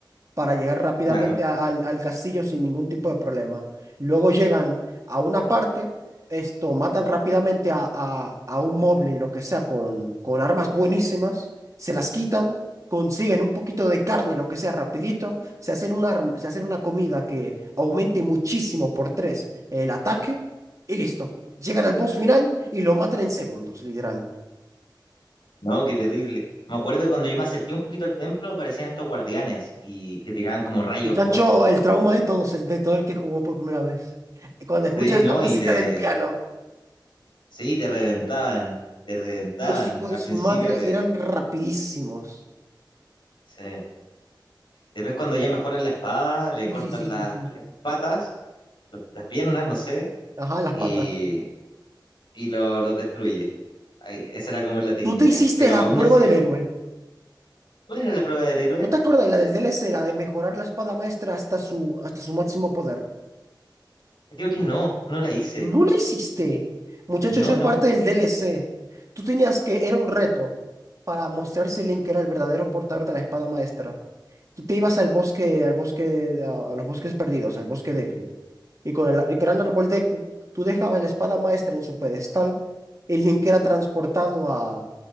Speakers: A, on the right; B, on the left.
A: para llegar rápidamente
B: Claro.
A: a- al, al castillo sin ningún tipo de problema. Luego llegan a una parte, esto, matan rápidamente a, a, a un moblin, lo que sea, con, con armas buenísimas, se las quitan, consiguen un poquito de carne, lo que sea, rapidito, se hacen un arma, se hacen una comida que aumente muchísimo por tres el ataque y listo. Llegan al boss final y lo matan en segundos, literal.
B: No, qué terrible. Me acuerdo que cuando yo me acerqué un poquito al templo aparecían estos guardianes y que tiraban como rayos,
A: Muchacho,
B: po.
A: el trauma de todos, el de todo el que jugó por primera vez. Cuando escuchas
B: Sí, ¿no?
A: la música
B: Y te,
A: del piano.
B: sí, te reventaban, te reventaban.
A: Los hijos de
B: Al
A: su
B: principio
A: madre
B: te,
A: eran rapidísimos.
B: sí. Después cuando ya mejoran la espada, le
A: Sí,
B: cortan
A: sí, sí, sí,
B: la-
A: sí.
B: las patas, los- las piernas, no sé,
A: Ajá, las
B: y,
A: patas.
B: y lo- los destruye. Ahí, esa era como la técnica.
A: Tú te hiciste
B: Pero
A: la
B: aún
A: prueba
B: así,
A: del héroe.
B: ¿cuál era la prueba del héroe?
A: ¿No te acordás la del DLC, la de mejorar la espada maestra hasta su, hasta su máximo poder?
B: Creo que no, no la hice.
A: No lo hiciste. Muchacho,
B: No,
A: eso es
B: no.
A: parte del DLC. Tú tenías que, era un reto para mostrar si Link era el verdadero portador de la espada maestra. Tú te ibas al bosque, al bosque, a, a los bosques perdidos, al bosque de Q. Y con el, el gran árbol de Q, tú dejabas la espada maestra en su pedestal. y Link era transportado a,